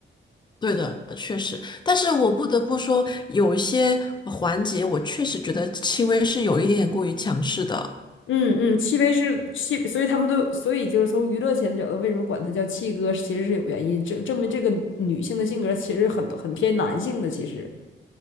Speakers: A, on the left; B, on the left.
A: 对的，确实，但是我不得不说，有一些环节我确实觉得戚薇是有一点点过于强势的。
B: 嗯嗯，戚薇是戚，所以他们都，所以就是从娱乐圈的角度，为什么管他叫戚哥，其实是有原因，证证明这个女性的性格其实很很偏男性的，其实。